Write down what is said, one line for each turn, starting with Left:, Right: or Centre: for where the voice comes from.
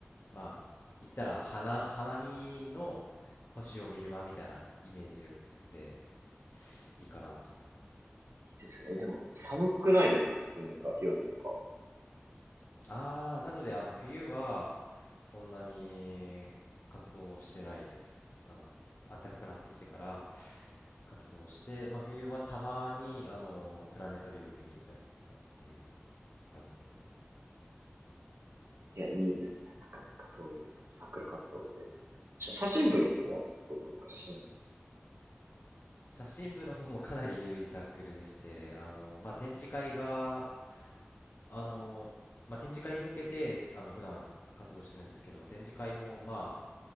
Left: まあ言ったら花、花見の星を見る場みたいなイメージでいいかなと思います。
Right: いいですね。えでも寒くないですか普通になんか夜とか。
Left: ああ、なのであの冬はそんなに活動してないです。あの暖かくなってきてから活動して、まあ、冬はたまにあのプラネタリウム見に行ったりってかっていう感じですね。
Right: いや、いいですね。なかなかそういうサークル活動っていうのも。写写真部の方はどうですか写真。
Left: 写真部の方もかなり緩いサークルでして、あのまあ、展示会があのー、まあ、展示会に向けて、あの、普段活動してるんですけど、展示会も、まあ、